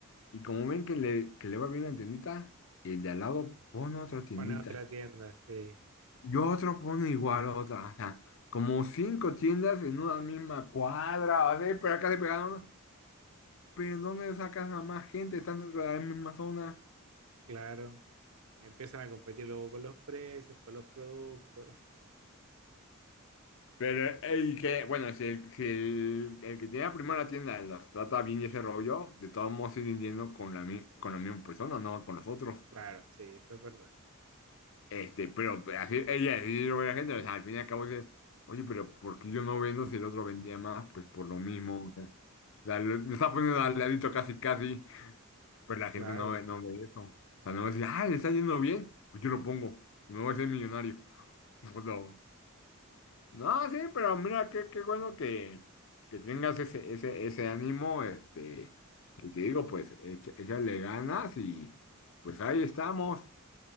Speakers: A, on the left; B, on the right.
A: y como ven que le, que le va bien la tiendita, el de al lado pone otra tiendita
B: ponen otra tienda, sí,
A: y otro pone igual otra. O sea, como cinco tiendas en una misma cuadra, o sea, pero acá se pegaron, pero ¿dónde sacas a más gente? Están dentro de la misma zona.
B: claro. Empiezan a competir luego con los precios, con los productos. <laughs>
A: Pero el que, bueno, si el, si el, el que tiene primero la tienda los trata bien y ese rollo, de todos modos siguen yendo con la, mi- con la misma persona, no con los otros.
B: Claro, sí, eso es verdad.
A: Este, pero pues, así, ella sí lo ve la gente, o sea, al fin y al cabo dice, oye, pero ¿por qué yo no vendo si el otro vendía más? Pues por lo mismo, o sea, o sea, lo, lo está poniendo al ladito casi, casi, pero la gente
B: Claro,
A: no ve, no ve eso. O sea, no va a decir, ah, le está yendo bien, pues yo lo pongo y me voy a ser millonario. <laughs> pues no. No, sí, pero mira, qué, qué bueno que, que tengas ese, ese, ese ánimo, este, y te digo, pues, echa- échale ganas y pues ahí estamos.